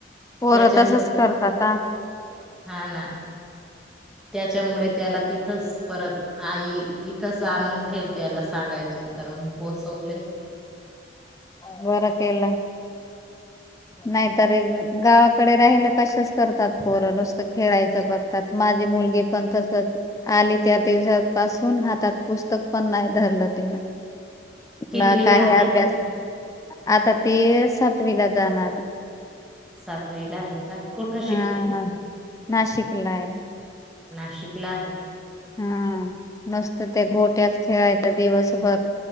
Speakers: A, on the left; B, in the centre.
A: पोरं
B: त्याच्यामुळे
A: तसच करतात आ
B: हा ना त्याच्यामुळे त्याला तिथच परत आई इथच आणून ठेव त्याला सांगायची तर मग पोचवले.
A: बर केल. नाही. गावाकडे. राहिल की अशच करतात पोर नुसत खेळायचं बघतात माझी मुलगी पण तसच आली त्या दिवसा पाासून हातात पुस्तक पण नाही धरलं तिन.
B: कितवीला
A: ना काही
B: आहे?
A: अभ्यास. आता ती सातवीला जाणार.
B: सातवी ला आहे का. कुठं शिकते?
A: हा नाशिकला आहे.
B: नाशिक. ला आहे.
A: हम्म. मस्त त्या गोठ्यात खेळायचं दिवसभर.